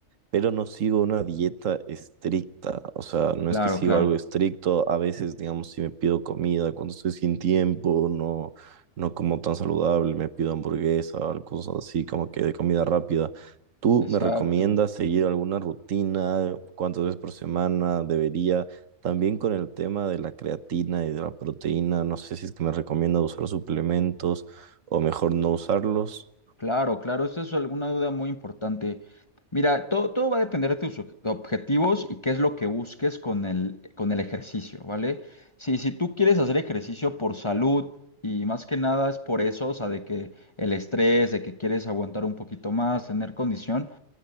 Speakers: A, on the right (about 80°); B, on the left (about 25°).
A: pero no sigo una dieta estricta, o sea, no
B: Claro,
A: es que sigo
B: claro.
A: algo estricto, a veces, digamos, si me pido comida cuando estoy sin tiempo, no, no como tan saludable, me pido hamburguesa, cosas así como que de comida rápida ¿Tú
B: Exacto.
A: me recomiendas seguir alguna rutina? ¿Cuántas veces por semana debería? También con el tema de la creatina y de la proteína, no sé si es que me recomienda usar suplementos o mejor no usarlos.
B: Claro, claro, esa es alguna duda muy importante. Mira, todo, todo va a depender de tus ob- objetivos y qué es lo que busques con el, con el ejercicio, ¿vale? Si, si tú quieres hacer ejercicio por salud y más que nada es por eso, o sea, de que el estrés, de que quieres aguantar un poquito más, tener condición.